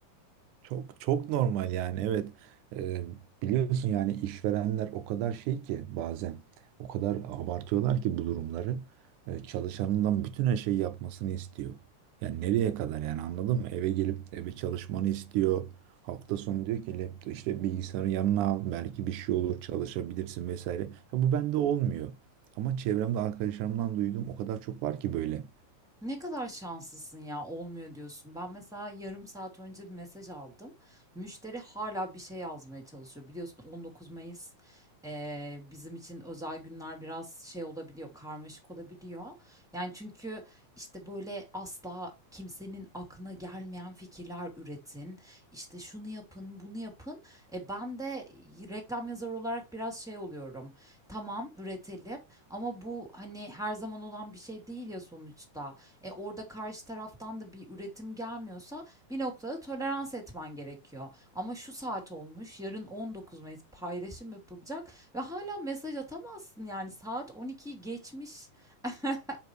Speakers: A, on the right (about 75°); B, in the centre.
A: Çok çok normal yani evet Ee, biliyorsun yani işverenler o kadar şey ki bazen o kadar abartıyorlar ki bu durumları Ee, çalışanından bütün her şeyi yapmasını istiyor. Yani nereye kadar yani anladın mı? Eve gelip eve çalışmanı istiyor. Hafta sonu diyor ki laptop işte bilgisayarı yanına al belki bir şey olur çalışabilirsin vesaire. Ha, bu bende olmuyor. Ama çevremde arkadaşlarımdan duyduğum o kadar çok var ki böyle.
B: Ne kadar şanslısın ya olmuyor diyorsun. Ben mesela yarım saat önce bir mesaj aldım. Müşteri hala bir şey yazmaya çalışıyor. Biliyorsun 19 Mayıs eee, bizim için özel günler biraz şey olabiliyor, karmaşık olabiliyor. Yani çünkü işte böyle asla kimsenin aklına gelmeyen fikirler üretin. İşte şunu yapın, bunu yapın. E, ben de reklam yazarı olarak biraz şey oluyorum. Tamam üretelim ama bu hani her zaman olan bir şey değil ya sonuçta. E, orada karşı taraftan da bir üretim gelmiyorsa bir noktada tolerans etmen gerekiyor. Ama şu saat olmuş, yarın 19 Mayıs paylaşım yapılacak ve hala mesaj atamazsın yani saat 12'yi geçmiş. <laughs>